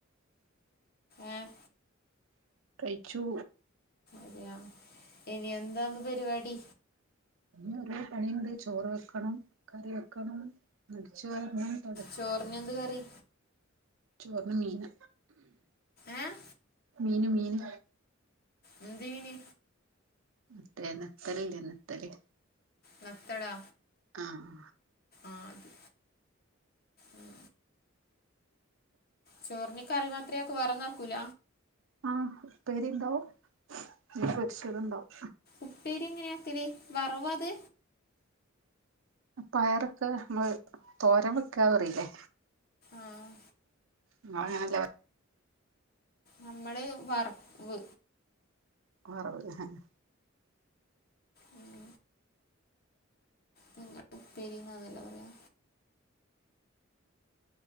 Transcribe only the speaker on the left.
ഏഹ്
അതെയാ ഇനി എന്താന്ന് പരിപാടി
ചോർനെന്ത് കറി
ഏഹ്
എന്ത്‌ മീന്
നത്തളാ
ആഹ് അത് ഉം ചോർന് കറി മാത്രയാക്ക വേറന്നാക്കൂല
ഉപ്പേരി എങ്ങനെയാ ആക്കല് വറവാ അത്
ആഹ്
നമ്മള് വർവ്
ഉം നിങ്ങ ഉപ്പേരിന്നാന്നല്ല പറയാ